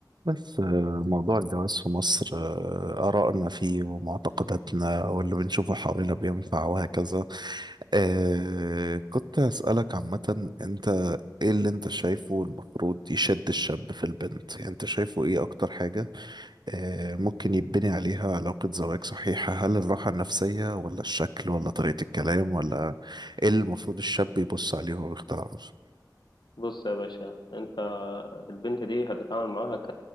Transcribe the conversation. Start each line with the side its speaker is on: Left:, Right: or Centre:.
Right: بس آه، موضوع الجواز في مصر آه، آرائنا فيه ومعتقداتنا واللي بنشوفه حوالينا بينفع وهكذا آه، كنت أسألك عامة أنت إيه اللي أنت شايفه المفروض يشد الشاب في البنت يعني أنت شايفه إيه أكتر حاجة آه، ممكن يبني عليها علاقة زواج صحيحة هل الراحة النفسية ولا الشكل ولا طريقة الكلام ولا إيه اللي المفروض الشاب يبص عليه وهو بيختار عروسه؟
Left: بص يا باشا انت البنت دي هتتعامل معاها ك...